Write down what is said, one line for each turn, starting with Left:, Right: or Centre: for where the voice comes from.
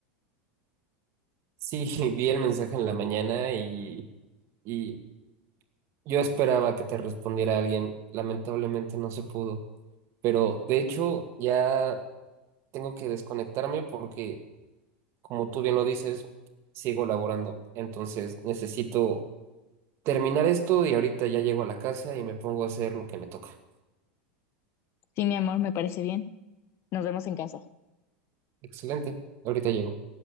Right: Sí, <laughs> vi el mensaje en la mañana y, y yo esperaba que te respondiera alguien. Lamentablemente no se pudo. Pero de hecho, ya tengo que desconectarme porque, como tú bien lo dices, sigo laborando. Entonces necesito terminar esto y ahorita ya llego a la casa y me pongo a hacer lo que me toca.
Left: Sí, mi amor, me parece bien. Nos vemos en casa.
Right: Excelente. Ahorita llego.